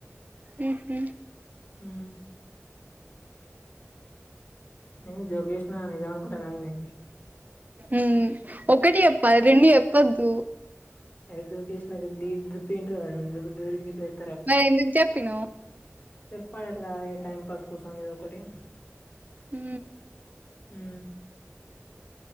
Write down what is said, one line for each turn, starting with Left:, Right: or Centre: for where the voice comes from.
Right: ఉ హూ
Left: ఉ <unintelligible> నిజం అనుకుంట ఎంది
Right: ఉ ఒకటి ఎప్ప రెండు చె ప్పద్దు
Left: <unintelligible>
Right: మరి ఎందుకు చెప్పినవ్
Left: చెప్పండి అట్లా టైం పాస్ కోసం ఏదో ఒకటి
Right: హు
Left: హూ